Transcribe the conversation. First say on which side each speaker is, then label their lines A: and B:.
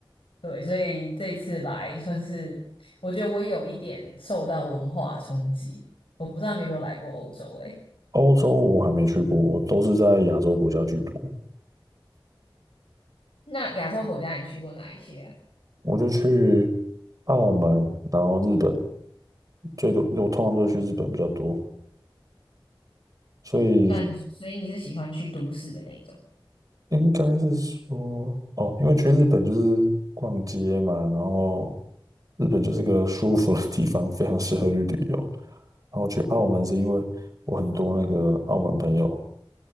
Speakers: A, on the left (about 85°); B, on the right (about 40°).
A: 对，所以这一次来算是，我觉得我有一点受到文化冲击。我不知道你有没有来过欧洲、欸？诶，
B: 欧洲我还没去过，我都是在亚洲国家居多。
A: 那亚洲国家你去过哪一些啊
B: 我就去澳门，然后日本，最多我通常都是去日本比较多，所以
A: 那你所以你是喜欢去都市的那一种？
B: 应该是说，哦，因为去日本就是逛街嘛，然后日本就是个舒服的地方，非常适合去旅游。然后去澳门是因为我很多那个澳门朋友，